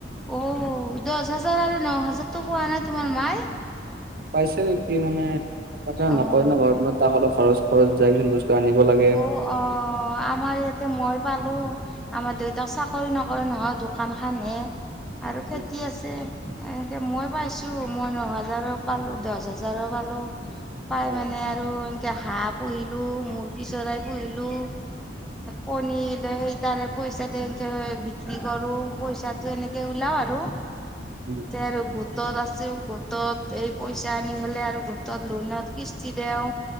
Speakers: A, in the centre; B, on the right.
A: অ দহ হাজাৰ আৰু ন হাজাৰতটো পোৱা নাই তোমাৰ মায়ে।
B: পাইছে নেকি মানে কথা
A: অ',
B: নকয় ন ঘৰত তাক অলপ খৰচ খৰচ যায় কি বস্তু। আনিব লাগে।
A: অ অ আমাৰ ইয়াতে মই পালো। আমাৰ দেউতাক চাকৰি নকৰে নহয় দোকান খানহে। আৰু খেতি
B: উম,
A: আছে এনেকে মই পাইছো মই ন হাজাৰো পালো দহ হাজাৰো পালো। পাই
B: হয়।
A: মানে আৰু এনেকে হাহ পুহিলো মুৰ্গী চৰাই পুহিলো। কনী ল সেই তাৰে পইচা এনেকে বিক্ৰী কৰো পইচাটো এনেকে ওলা। আৰু
B: উম,
A: চে
B: উম।
A: আৰু গোটত আছোঁ গোটত এই পইচা আনি হলে আৰু গোটত লোনত কিস্তি দিও।